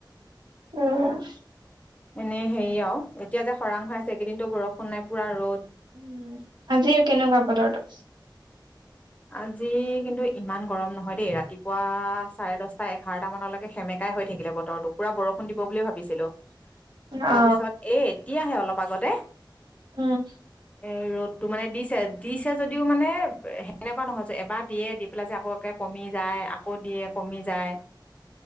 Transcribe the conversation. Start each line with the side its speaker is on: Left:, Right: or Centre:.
Right: উম
Left: এনেই হেৰি আৰু এতিয়া যে খৰাং হৈ আছে এইকেইদিনতো বৰষুণ নাই পুৰা ৰ'দ।
Right: উম আজি কেনেকুৱা বতৰটো
Left: আজি কিন্তু ইমান গৰম নহয় দেই ৰাতিপুৱা চাৰে দহটা, এঘাৰটা মানলৈকে সেমেক- কাই হৈ থাকিলে বতৰতো পুৰা বৰষুণ দিব বুলি ভাবিছিলো। তাৰ
Right: অ
Left: পিছত এ এতিয়াহে অলপ আগতে
Right: উম
Left: এ ৰ'দটো মানে দিছে দিছে যদিও মানে সে- নেকুৱা নহয় যে এবাৰ দিয়ে দি পেলাই যে আকৌ একে কমি যায় আকৌ দিয়ে কমি যায়